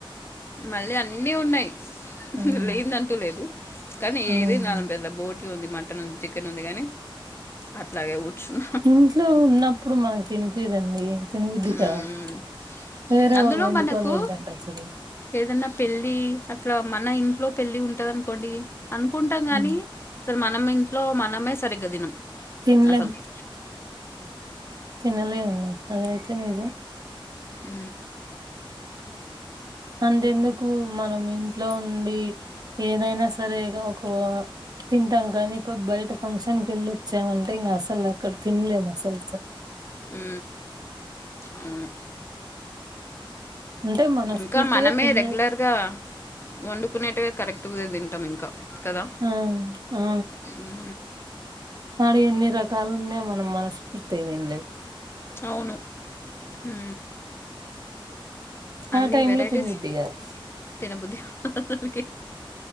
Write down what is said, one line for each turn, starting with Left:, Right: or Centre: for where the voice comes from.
Left: మళ్ళీ అన్నీ ఉన్నాయి
Right: ఉమ్
Left: లేందంటూ లేదు కానీ ఏది
Right: ఉమ్
Left: నాదం పెద్ద బోటి ఉంది మటన్ ఉంది చికెన్ ఉంది కానీ అట్లాగే ఊడ్చున
Right: ఇంట్లో ఉన్నప్పుడు మనకు తినిపీదండి తినుబుద్ది
Left: ఉమ్.
Right: కాదు వేరే
Left: అందులో
Right: వాళ్ళు వండుకొని
Left: మనకు
Right: దింటాంటరు చూడు
Left: ఏదన్నా పెళ్ళి అట్లా మన ఇంట్లో పెళ్ళి ఉంటది అనుకోండి అనుకుంటాం కానీ
Right: హ్మ్.
Left: అసలు మనం ఇంట్లో మనమే సరిగ్గా దినం
Right: తినలేం
Left: అసలికి
Right: తినలేమండి అదయితే నిజం
Left: ఊ
Right: అంతెందుకు మనం ఇంట్లో ఉండి ఏదైనా సరేగా ఒకా తింటాం కానీ ఇప్పు బయట ఫంక్షన్ కెళ్ళొచ్చామంటే ఇంకా అసలు అక్కడ తినలేము అసలు స
Left: ఊ అవును
Right: అంటే మనస్ఫూర్తిగా
Left: ఇంకా మనమే
Right: తినలేము
Left: రెగ్యులర్గా వండుకునేటివే కరెక్ట్ టూవె తింటాం ఇంకా కదా
Right: ఆ ఆ
Left: ఉ
Right: ఆడ ఎన్ని రకాలు ఉన్న మనం మనస్ఫూర్తిగా తినలేము
Left: అవును ఊ అన్ని
Right: ఆ టైమ్
Left: వెరైటీస్
Right: లో తినబుద్ది కాదు
Left: తినబుద్ధి అసలకి